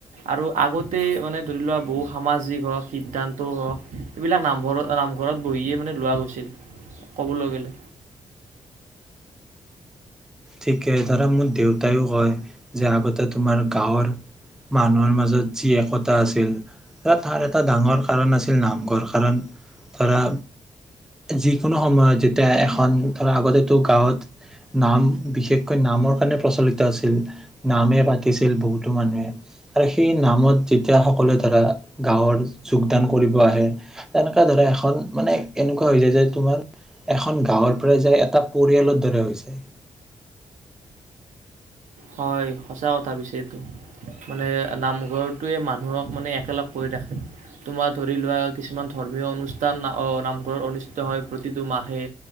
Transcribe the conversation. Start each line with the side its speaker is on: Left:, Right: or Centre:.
Right: আৰু আগতে মানে ধৰি লোৱা বহু সামাজিক হওক সিদ্ধান্তও হওক এইবিলাক নাম ঘৰত নামঘৰত বহিয়ে মানে লোৱা গৈছিল। ক'বলৈ গ'লে
Centre: ঠিকে ধৰা মোৰ দেউতাইও কয় যে আগতে তোমাৰ গাঁৱৰ মানুহৰ মাজত যি একতা আছিল ধৰা তাৰ এটা ডাঙৰ কাৰণ আছিল নামঘৰ কাৰণ ধৰা যিকোনো সময়ত যেতিয়া এখন ধৰা আগতেতো গাঁৱত নাম বিশেষকৈ নামৰ কাৰণে প্ৰচলিত আছিল। নামে পাতিছিল বহুতো মানুহে আৰু সেই নামত যেতিয়া সকলোৱে ধৰা গাঁৱৰ যোগদান কৰিব আহে তেনেকুৱা ধৰা এখন মানে এনেকুৱা হৈ যায় যে তোমাৰ এখন গাঁৱৰ পৰা যায় এটা পৰিয়ালৰ দৰে হৈ যায়।
Right: হয় সঁচা কথা পছে এইটো মানে নামঘৰটোৱে মানুহক মানে একেলগ কৰি ৰাখে তোমাৰ ধৰি লোৱা কিছুমান ধৰ্মীয় অনুষ্ঠান আহ নামঘৰত অনুষ্ঠিত হয় প্ৰতিটো মাহে